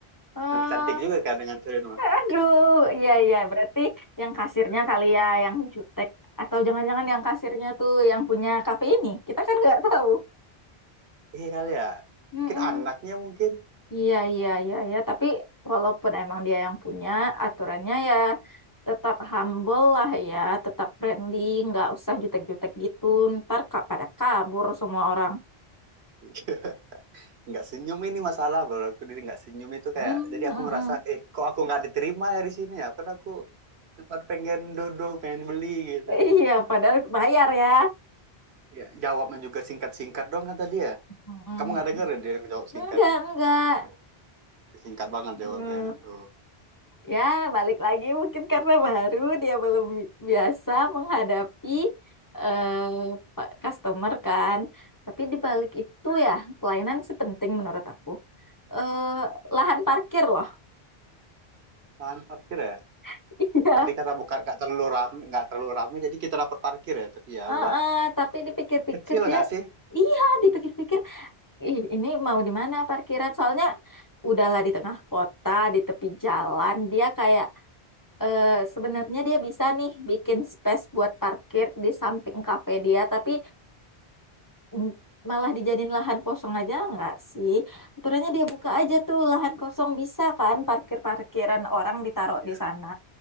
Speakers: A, on the left; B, on the right.
A: eh,
B: cantik juga kan yang nganterin mah
A: aduh, iya iya, berarti yang kasirnya
B: Hmm.
A: kali ya, yang jutek. Atau jangan-jangan yang kasirnya tuh yang punya kafe ini. Kita kan nggak tahu.
B: iya kali ya
A: Mm-mm.
B: mungkin anaknya mungkin
A: Iya iya iya iya, tapi walaupun emang dia yang punya, aturannya ya tetap humble lah ya, tetap friendly, nggak usah jutek-jutek gitu. Ntar ka- pada kabur semua orang.
B: <laughs> nggak senyum ini masalah baru aku dia nggak senyum itu
A: Mm,
B: kayak jadi
A: mm,
B: aku ngerasa
A: mm.
B: eh kok aku nggak diterima ya di sini ya karena aku cuma pengen duduk pengen beli gitu
A: Iya, padahal bayar ya.
B: ya jawabnya juga singkat singkat doang kata dia
A: Mm.
B: kamu nggak denger ya dia jawab
A: Enggak,
B: singkat
A: enggak.
B: singkat banget jawabnya
A: Hmm,
B: tuh
A: Ya, balik lagi mungkin karena baru dia belum bi- biasa menghadapi eh pa- customer kan. Tapi di balik itu ya, pelayanan sih penting menurut aku. Eh lahan parkir loh.
B: mantap kira ya
A: <laughs> Iya.
B: Tadi karena bukan nggak terlalu ramai nggak terlalu ramai jadi kita dapat parkir ya. Tapi ya
A: Heeh,
B: udah
A: tapi dipikir-pikir
B: kecil
A: dia
B: nggak sih?
A: iya, dipikir-pikir ih, ini mau di mana parkiran? Soalnya udahlah di tengah kota, di tepi jalan, dia kayak eh, sebenarnya dia bisa nih bikin space buat parkir di samping kafe dia, tapi mm, malah dijadiin lahan kosong aja nggak sih? Aturannya dia buka aja tuh lahan kosong bisa kan parkir-parkiran orang ditaruh
B: Ya,
A: di sana.